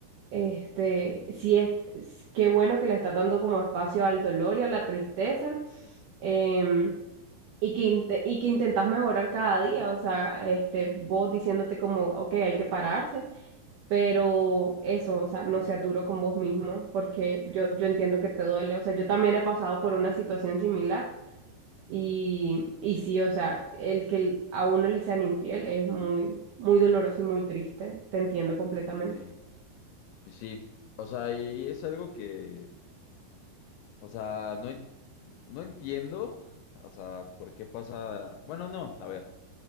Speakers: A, on the right; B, on the left.
A: Este, sí es, es- qué bueno que le está dando como espacio al dolor y a la tristeza, em, y que, inte- y que intentas mejorar cada día, o sea, este, vos diciéndote como, ok, hay que pararse, pero eso, o sea, no seas duro con vos mismo, porque yo, yo entiendo que te duele, o sea, yo también he pasado por una situación similar, y, y sí, o sea, el que el- a uno le sean infiel es muy, muy doloroso y muy triste, te entiendo completamente.
B: Sí. Pues sí, o sea, y es algo que, o sea, no, en- no entiendo, o sea, por qué pasa, bueno, no, a ver,